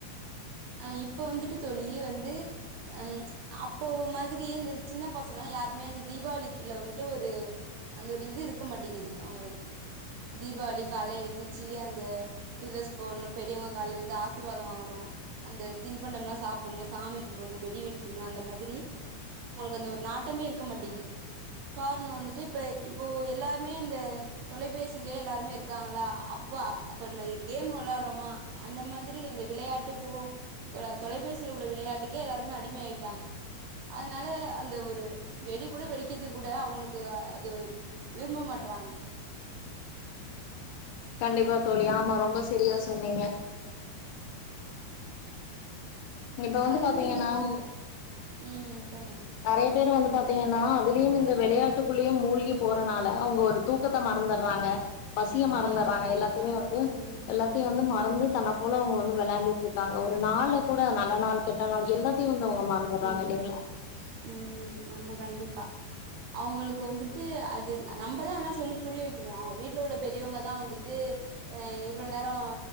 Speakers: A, on the right (about 75°); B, on the left (about 75°).
A: அ இப்ப வந்துட்டு தோழி வந்து அ அப்போ மாதிரி இந்த சின்ன பசங்கல்லாம் யாருமே அந்த தீபாவளிக்குல்ல வந்துட்டு ஒரு அந்த ஒரு இது இருக்க மாட்டேங்குது அவங்களுக்கு தீபாவளி காலைல எழுந்திரிச்சு அந்த புது டிரெஸ் போடணும் பெரியவங்க கால்ல விழுந்து ஆசீர்வாதம் வாங்கணும் அந்த தின்பண்டம்லாம் சாப்டணும் சாமி கும்பிடணும் வெடி வெடிக்கணும் அந்த மாதிரி அதுல ஒரு நாட்டமே இருக்க மாட்டேங்கிது காரணம் வந்துட்டு இப்போ இப்போ எல்லாமே இந்த தொலைபேசியிலேயே எல்லாருமே இருக்காங்களா அப்பா அப்ப கேம் வொளாடுறோமா அந்த மாதிரி அந்த விளையாட்டு போ இதுல தொலைபேசில உள்ள விளையாட்டுக்கு எல்லாருமே அடிமை ஆயிட்டாங்க அதனால அந்த ஒரு வெடி கூட வெடிக்கரது கூட அவங்களுக்கு அது விரும்ப மாட்றாங்க
B: கண்டிப்பா தோழி ஆமா ரொம்ப சரியா சொன்னீங்க இப்ப வந்து
A: அதேமாதி
B: பாத்தீங்கன்னா
A: இந்த போ ம் சொல்லுங்க
B: நிறைய பேர் வந்து பாத்தீங்கன்னா அதுலயும் இந்த விளையாட்டுக்குள்ளேயும் மூழ்கி போறனால அவங்க ஒரு தூக்கத்த மறந்துடுறாங்க பசிய மறந்துடுறாங்க
A: ஆமா கண்டிப்பா
B: எல்லாத்தையுமே வந்து
A: ம்
B: எல்லாத்தையும் வந்து மறந்து தன்ன உழுந்து உழுந்து விளையாண்டுட்டு இருக்காங்க ஒரு நாள்ல கூட நல்ல நாள் கெட்ட நாள் எல்லா த்து இவங்க மறந்துறாங்க
A: ஆமா
B: இல்லங்களா
A: ம் ஆமா கண்டிப்பா அவங்களுக்கு வந்துட்டு அது நம்மதான் ஆனா சொல்லி புரிய வைக்கணும் அவங்க வீட்டுல உள்ள பெரியவங்கதான் வந்துட்டு அ இவ்வளவு நேரோம்